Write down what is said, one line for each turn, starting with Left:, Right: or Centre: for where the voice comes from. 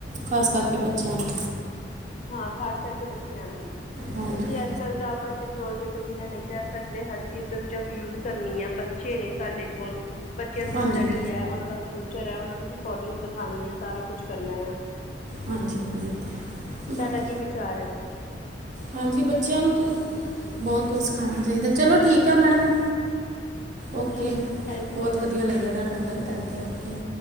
Right: ਖ਼ਾਸ ਕਰਕੇ ਬੱਚੇਆਂ ਨੂੰ
Left: ਹਾਂ ਖਾਸ ਕਰਕੇ ਬੱਚੇਆਂ ਨੂੰ,
Right: ਹਾਂਜੀ
Left: ਕਯੁਂਕਿ ਆੱਜ-ਕਾੱਲ ਤਾ ਆਪਾ ਟੈਕਨੋਲਜੀ ਤੋ‌ ਬਿਨਾਂ ਨਈ ਰੈ ਸਕਦੇ ਹਰ ਚੀਜ਼ ਵਿੱਚ ਯੂਜ ਕਰਨੀ ਐ ਬੱਚੇ ਨੇ ਸਾਡੇ ਕੋਲ ਬੱਚੇਆਂ ਦੀ
Right: ਹਾਂਜੀ
Left: ਸਟਡੀ ਐ, ਓਨਾਂ ਦਾ ਫਯੁਚਰ ਐ, ਓਨਾਂ ਨੂੰ ਕੋਡਿੰਗ ਸਖਾਨੀ ਐ, ਸਾਰਾ ਕੁਛ ਕਰਨਾ ਆ।
Right: ਹਾਂਜੀ, ‌ ਹਾਂਜੀ। ਬਾਕੀ
Left: ਸਾਡਾ ਕੀ ਵਿਚਾਰ ਐ।
Right: ਹਾਂਜੀ, ਬੱਚੇਆਂ ਨੂੰ ਤੇ ਬੋਤ ਕੋਛ ਸਿਖਾਣਾ ਚਾਈਦਾ ਚਲੋ ਠੀਕ ਐ ਮੈਡਮ ਓਕੇ,
Left: ਜੀ ਥੈਂਕ
Right: ਬੋਤ
Left: ਯੂ
Right: ਵਦੀਆ ਲੱਗੇਆ ਤਾਡੇ ਨਾਲ ਗਾੱਲ ਕਾਰਕੇ ਓਕੇ।